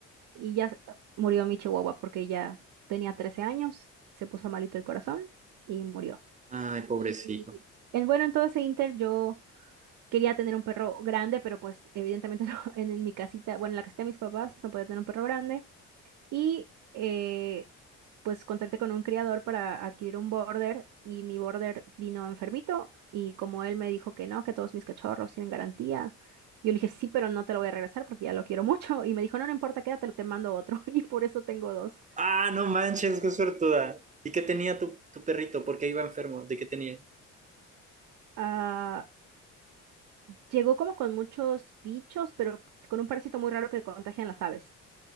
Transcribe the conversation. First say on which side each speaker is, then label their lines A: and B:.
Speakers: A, on the right; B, on the right.
A: Y ya se- murió mi chihuahua porque ya tenía 13 años, se puso malito el corazón y murió.
B: Ay, pobrecito.
A: Y en, bueno, en todo ese inter yo quería tener un perro grande, pero pues evidentemente <laughs> no, en, en mi casita, bueno, en la casita de mis papás no podía tener un perro grande. Y eh, pues contacté con un criador para adquirir un border y mi border vino enfermito y como él me dijo que no, que todos mis cachorros tienen garantía, yo le dije sí, pero no te lo voy a regresar porque ya lo quiero mucho <laughs> y me dijo no, no importa, quédatelo, te mando otro <laughs> y por eso tengo dos.
B: Ah, no manches, qué suertuda. ¿Y qué tenía tu, tu perrito? ¿Por qué iba enfermo? ¿De qué tenía?
A: Ah, llegó como con muchos bichos, pero con un parásito muy raro que contagian las aves.